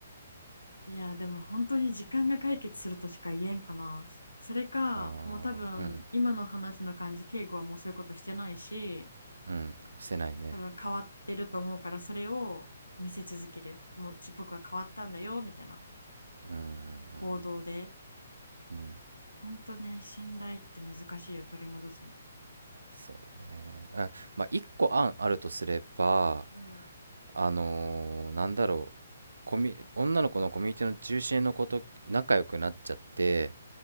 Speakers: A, on the left; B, on the right.
A: いやー、でも本当に時間が解決するとしか言えんかな。それか、
B: あーうん
A: もう多分、今の話の感じ、敬語はもうそういうことしてないし、
B: うんしてないね
A: 多分変わってると思うからそれを見せ続けるもううち僕は変わったんだよみたいな
B: うんうん
A: 行動で
B: うん
A: 本当ね信頼って難しいよ取り戻すの
B: そうねあまあ1個案あるとすれば
A: うん。
B: あのーなんだろうコミュ女の子のコミュニティの中心の子と仲良くなっちゃって